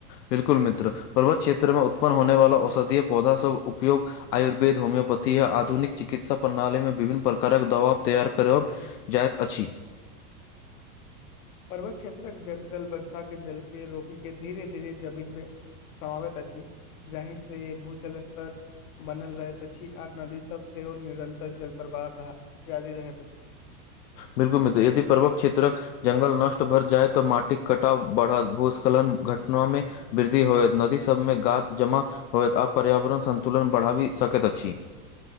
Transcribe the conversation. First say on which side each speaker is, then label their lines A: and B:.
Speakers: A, on the left (about 80°); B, on the left (about 60°).
A: बिल्कुल मित्र पर्वत क्षेत्रमे उत्पन्न होने वाला औषधीय पौधा सभ उपयोग आयुर्वेद होम्योपैथी य आधुनिक चिकित्सा प्रणालीमे विभिन्न प्रकारक दबा तैयार करब जाइत अछि।
B: पर्वत क्षेत्रक जंगल बर्षा के जल के रोकी के धीरे धीरे जमीन मे समावैत अछि जहि से भू-जल स्तर बनल रहैत अछि आर नदी सब सेहो निरंतर जल प्रवाह धा जारी रहैत अछि।
A: बिल्कुल मित्र यदि पर्वक क्षेत्रक जंगल नष्ट भर जायऽ माटिक कटाव बढ़त भू-स्खलन घटनामे वृद्धि होइत नदी सबमे गाद जमा होइत आ पर्यावरण सन्तुलन बढ़ाबी सकैत अछि।